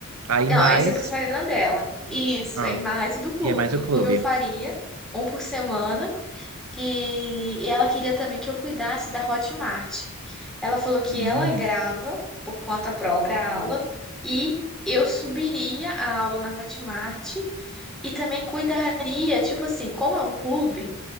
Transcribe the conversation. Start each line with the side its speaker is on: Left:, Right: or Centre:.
Right: Aí
Centre: Não,
Right: mais,
Centre: esse é pro Instagram dela. Isso,
Right: ah,
Centre: é mais o do clube.
Right: e é mais
Centre: Do
Right: o clube.
Centre: clube eu faria um por semana. E, e ela queria também que eu cuidasse da Hotmart. Ela falou que
Right: Hum,
Centre: ela grava por conta própria a aula e eu subiria a aula na Hotmart e também cuidaria, tipo assim, como é um clube,